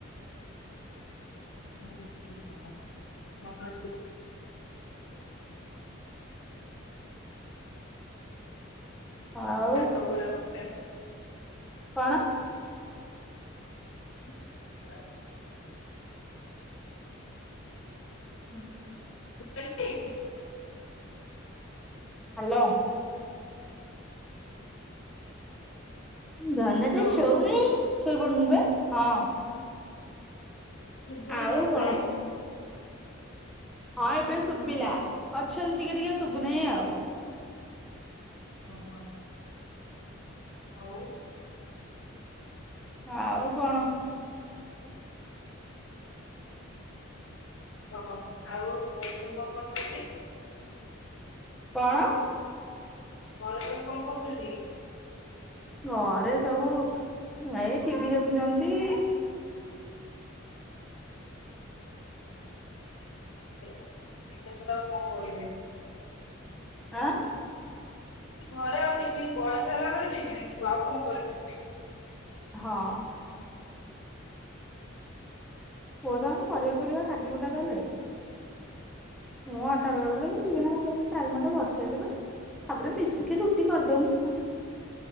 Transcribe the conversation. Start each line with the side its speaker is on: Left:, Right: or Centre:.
Left: <unintelligible>
Centre: ଆଉ
Left: ରୋଳା କରୁଥିଲା।
Centre: କଣ?
Left: <unintelligible>
Centre: ହୁଁ।
Left: <inaudible>
Centre: ହାଲୋ। ଧନଟା
Left: ହ୍ୟାଲୋ
Centre: ସୋଉନାହି ସୋଇପଡୁନୁ ବେ ହଁ।
Left: ଶୁୁଭୁନି
Centre: ଆଉ
Left: କି ତତେ?
Centre: କଣ ହଁ ଏବେ ଶୁଭିଲା
Left: ଓହୋ
Centre: ଅଛି ଅଛି ଟିକେ ଟିକେ ଶୁଭୁନାହିଁ ଆଉ
Left: ଓ ହଁ। ଆଉ
Centre: ଆଉ କଣ?
Left: ଓହ ଆଉ <inaudible> କଣ କରୁଛନ୍ତି?
Centre: କଣ?
Left: ଘରେ ସବୁ କଣ କରୁଛନ୍ତି?
Centre: ଘରେ ସବୁ ଏଇ ଟିଭି ଦେଖୁଛନ୍ତି।
Left: ଏ କେତେଶହ ଟା କଣ କରିବେ?
Centre: ଆଁ।
Left: ଘରେ ଆଉ ଟିଭି ବୟସ ହେଲା ପରେ ଟିଭି ଦେଖିବୁ ଆଉ କଣ କରୁଥିବୁ?
Centre: ହଁ। ହୋ ତମେ ସରିବା ପରିବା କାଟି ଗୁଟା କଲେ। ମୁଁ ଅ ଡାଲମା ବିଭିନ୍ନ ରଙ୍ଗର ଡାଲମାଟା ବସେଇଦେବି ତାପରେ ମିଶିକି ରୁଟି କରିଦଉନା।